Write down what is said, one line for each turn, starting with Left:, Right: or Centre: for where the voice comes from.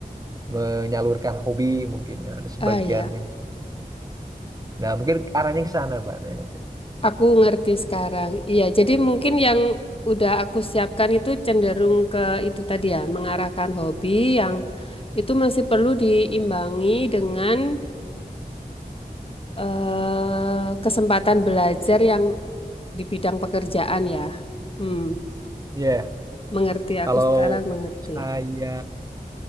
Right: menyalurkan hobi mungkin ya, ada sebagian
Left: Ah ya,
Right: yang nah mungkin arahnya ke sana Mbak saya maksud
Left: aku ngerti sekarang. Iya, jadi mungkin yang udah aku siapkan itu cenderung ke itu tadi ya, mengarahkan hobi yang itu masih perlu diimbangi dengan eh, kesempatan belajar yang di bidang pekerjaan ya. Hmm,
Right: ya
Left: mengerti
Right: kalau
Left: aku sekarang mengerti.
Right: saya